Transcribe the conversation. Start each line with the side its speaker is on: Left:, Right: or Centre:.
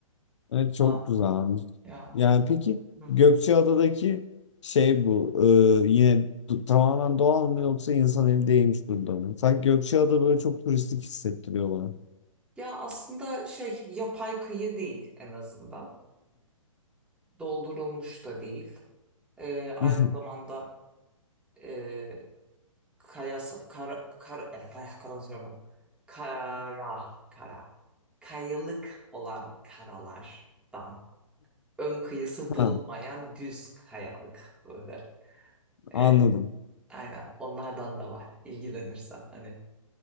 Left: Evet çok
Centre: Aa.
Left: güzelmiş.
Centre: Ya.
Left: Yani peki
Centre: Hı.
Left: Gökçeada'daki şey bu e, yine du- tamamen doğal mı yoksa insan eli değmiş durumda mı? Sanki Gökçeada böyle çok turistik hissettiriyor bana.
Centre: Ya aslında şey yapay kıyı değil en azından. Doldurulmuş da değil. Ee, aynı
Left: <laughs>
Centre: zamanda e, kaya kara kara eh, ay, konuşamıyorum. kara kara kayalık olan karalardan ön kıyısı bulunmayan
Left: Ha,
Centre: düz kayalık böyle. E,
Left: anladım.
Centre: aynen onlardan da var ilgilenirsen. Hani